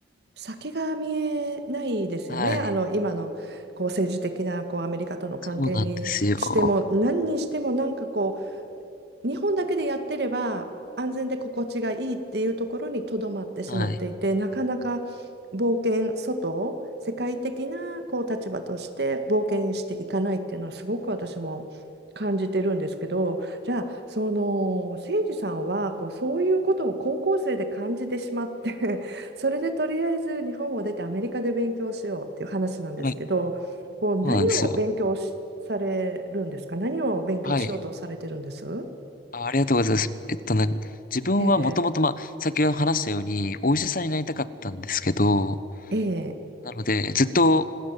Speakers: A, on the right; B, on the left.
A: 先が見えないですよね。
B: はい。
A: あの今のこう政治的なこうアメリカとの関係にしても、
B: そうなんですよ。
A: 何にしてもなんかこう日本だけでやってれば安全で心地がいいっていうところにとどまってしまっていてなかなか冒険外世界的なこう立場として冒険していかないっていうのはすごく私も感じてるんですけどじゃあその誠司さんはこうそういうことを高校生で感じてしまって
B: はい。
A: <laughs> それでとりあえず日本を出てアメリカで勉強しようっていう話なんですけどこう何を勉強しされるんですか何を勉強しようとされてるんです
B: はい。そうなんですよ。はい。あ、ありがとうございます。えっとね、自分はもともと、
A: ええ、
B: まあ、先ほど話したように、お医者さんになりたかったんですけど、
A: ええ、
B: なので、ずっと